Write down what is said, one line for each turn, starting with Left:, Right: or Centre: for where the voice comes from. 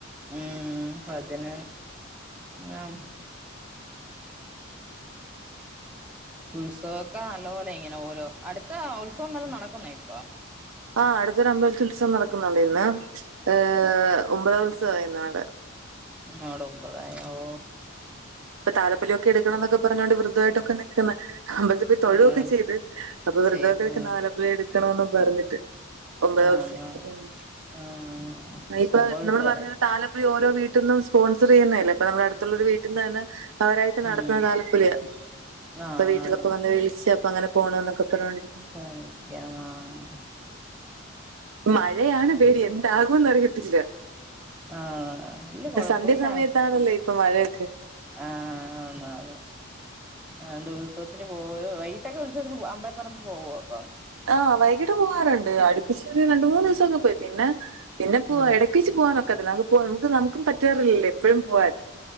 Centre: ഉം ഭജന ആഹ് ഉത്സവൊക്കെ നല്ല പോലെ ഇങ്ങനെ ഓരോ അടുത്ത ഉത്സവം വല്ലോം നടക്കുന്ന ഇപ്പം
Right: ആഹ് അടുത്തൊരു അമ്പലത്തി ഉത്സവം നടക്കുന്നുണ്ട് ഇന്ന് ഏഹ ഒമ്പതാം ഉത്സവമായിരുന്നു അവിടെ
Centre: മ് അവിടൊമ്പതായി ഓ
Right: ഇപ്പ താലപ്പൊലിയൊക്കെ എടുക്കണം എന്നൊക്കെ പറഞ്ഞുകോണ്ട് വൃതമായിട്ടൊക്കെ നിൽക്കുന്ന് അമ്പലത്തി പോയി തൊഴുവൊക്കെ
Centre: ആഹ്
Right: ചെയ്ത് അപ്പൊ വൃതൊക്കെ
Centre: ചെയ്ത് ഉം
Right: നിക്ക്‌ താലപ്പൊലി എടുക്കണന്ന് പറഞ്ഞിട്ട് ഒമ്പതാം
Centre: ആഹ്
Right: ഉത്സവത്തിനു
Centre: ആഹ്
Right: ഉം
Centre: ആഹ്
Right: ഇപ്പൊ
Centre: ഒമ്പത് ദിവസായോ
Right: നമ്മള് പറഞ്ഞ പോലെ താലപ്പൊലി ഓരോ വീട്ടിന്നും സ്പോൺസർ ചെയ്യുന്നേല്ലേ അപ്പൊ നമ്മുടെ അടുത്തുള്ളൊരു വീട്ടിന്ന് തന്നെ അവരായിട്ട് നടത്തുന്ന
Centre: ഉം
Right: താലപ്പൊലിയ
Centre: ആഹ്
Right: അപ്പൊ വീട്ടിലൊക്കെ വന്ന് വിളിച്ച് അപ്പൊ അങ്ങനെ പോണം എന്നൊക്കെ പറഞ്ഞോണ്ടിരിക്കുന്നു
Centre: <unintelligible> ആഹ്
Right: മഴയാണ് പേടി എന്താകുംന്ന് അറിയ തില്ല
Centre: ആഹ് ഇല്ല കൊഴപ്പല്ല
Right: സന്ധ്യ സമയത്താണല്ലേ ഇപ്പൊ മഴയൊക്കെ
Centre: ആഹ് ആന്നാന്ന് ആണ്ട് ഉത്സവത്തിന് പോവുകയോ വൈകിട്ടൊക്കെ ഉത്സവത്തിന് അമ്പലപ്പറമ്പിൽ പോവോ ഇപ്പം
Right: ആഹ് വൈകിട്ട് പോകാറുണ്ട് അടുപ്പിച്ചൊരു രണ്ട് മൂന്ന് ദിവസംക്കെ പോയി പിന്നെ പിന്നെ പോവാ
Centre: ഉം
Right: ഇടക്ക്‌ വെച്ച് പോവാനൊക്കത്തില്ല നമുക്ക് പോ നമുക്കും നമുക്കും പറ്റാറില്ലല്ലോ എപ്പഴും പോവാൻ